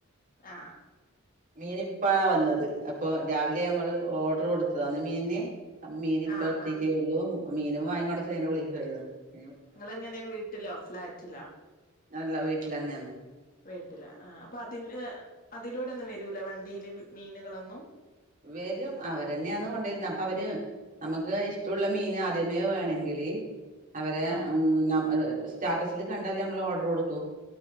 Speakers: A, on the left; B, on the right.
A: ആ
B: മീൻ ഇപ്പഴാ വന്നത് അപ്പൊ രാവിലെ നമ്മള് ഓർഡർ കൊടുത്തതാന്ന് മീന് അപ്പൊ മീൻ ഇപ്പത്തീറ്റെള്ളൂ
A: ആഹ് ആഹ്
B: മീനും വാങ്ങി കൊണ്ടേ ച്ചോ ന്നെ വിളിക്കേ ഴുന്നേ
A: ഇങ്ങളെ ങ്ങനെ വീട്ടിലോ ഫ്ലാറ്റിലോ
B: അല്ല വീട്ടിൽ തന്നെന്ന്
A: വീട്ടില്ലാ ആ അപ്പൊ അതില് അതിലൂടെന്നും വരൂല വണ്ടിയില് മീനുകളൊന്നും
B: വരും അവരെന്നെയാന്ന് കൊണ്ടിരുന്നത് അപ്പൊ അവര് നമുക്ക് ഇഷ്ടമുള്ള മീൻ ആദ്യമേ വേണെങ്കിൽ അവരെ
A: ആഹ്
B: ഉ ന സ്റ്റാറ്റാ റ്റസില് കണ്ടാല് നമ്മള് ഓർഡർ കൊടുക്കും